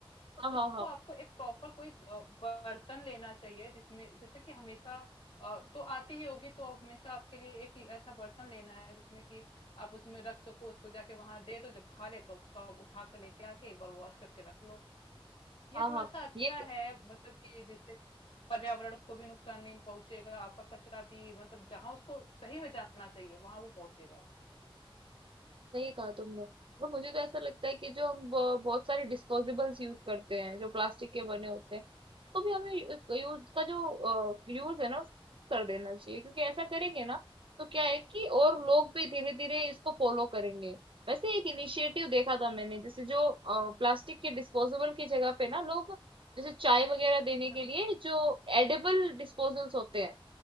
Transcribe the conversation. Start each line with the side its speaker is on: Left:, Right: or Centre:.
Left: तो
Right: हाँ हाँ
Left: इसको
Right: हाँ
Left: आपको एक प्रॉपर कोई अ, बर्तन लेना चाहिए जिसमें जैसे कि हमेशा अ, तो आती ही होगी तो आप हमेशा आपके लिए एक ही ऐसा बर्तन लेना है जिसमें कि आप उसमें रख सको उसको जाके वहां दे दो जब खा ले तो उसको आप उठा के लेके आके एक बार वॉश करके रख लो ये
Right: हाँ
Left: थोड़ा
Right: हाँ
Left: सा अच्छा
Right: ये
Left: है मतलब कि जिससे पर्यावरण को भी नुकसान नहीं पहुंचेगा आपका कचरा भी मतलब जहां उसको सही में जाना चाहिए वहां वो पहुंचेगा
Right: सही कहा तुमने और मुझे तो ऐसा लगता है कि जो हम ब- बहुत सारे डिस्पोजेबल्स यूज करते हैं जो प्लास्टिक के बने होते हैं उसको भी हमें यूज का जो यूज है ना उसको कर देना चाहिए क्योंकि ऐसा करेंगे ना तो क्या है कि और लोग भी धीरे धीरे इसको फॉलो करेंगे वैसे एक इनिशिएटिव देखा था मैंने जैसे जो प्लास्टिक के डिस्पोजेबल की जगह पे ना लोग जैसे चाय वगैरह देने
Left: हाँ
Right: के लिए जो एडेबल डिस्पोजल्स होते हैं